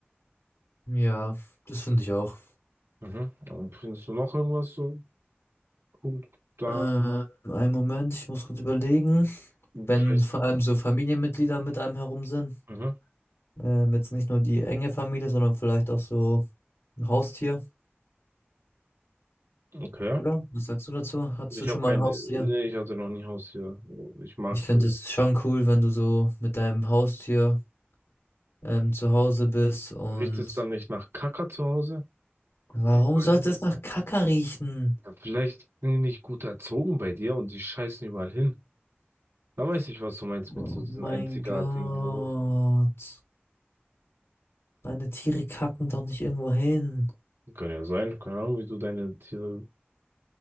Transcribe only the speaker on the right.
Mhm. Und bringst du noch irgendwas so? Gut, da
vielleicht.
Mhm.
Okay.
Ich
habe
kein.
Nee, ich hatte noch nie Haustier. Ich mag
so.
Riecht es dann nicht nach Kacker zu Hause?
Wenn die Überall
hin.
Ja, vielleicht sind die nicht gut erzogen bei dir und die scheißen überall hin. Da weiß ich, was du meinst mit
so diesem
einzigartigen
Geruch.
Kann ja sein. Keine Ahnung, wie du deine Tiere